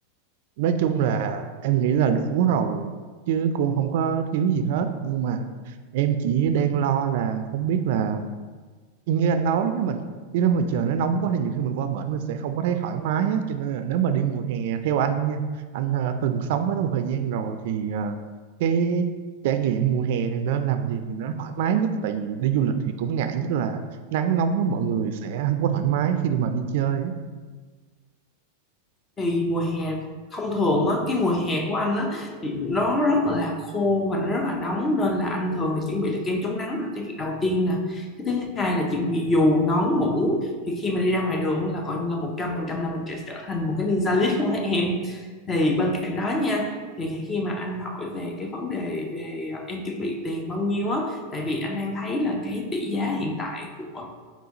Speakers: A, on the right; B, on the left.
A: nói chung là em nghĩ là đủ rồi chứ cũng không có thiếu gì hết nhưng mà em chỉ đang lo là không biết là như anh nói nếu mình đi nếu mà trời nó nóng quá thì nhiều khi mình qua bển mình sẽ không có thấy thoải mái á cho nên là nếu mà đi mùa hè theo anh nha anh ờ, từng sống ở đó một thời gian rồi thì ờ, cái trải nghiệm mùa hè thì nên làm gì thì nó thoải mái nhất tại vì đi du lịch thì cũng ngại nhất là nắng nóng á, mọi người sẽ không có thoải mái khi đi mà đi chơi á.
B: thì mùa hè thông thường á cái mùa hè của anh á thì nó rất là khô và nó rất là nóng nên là anh thường là chuẩn bị là kem chống nắng là cái việc đầu tiên nè cái thứ hai là chuẩn bị dù nón mũ thì khi mà đi ra ngoài đường là coi như là một trăm phần trăm là mình sẽ trở thành một cái ninja list luôn á em thì bên cạnh đó nha thì khi mà anh hỏi về cái vấn đề về à, em chuẩn bị tiền bao nhiêu á tại vì anh đang thấy là cái tỷ giá hiện tại của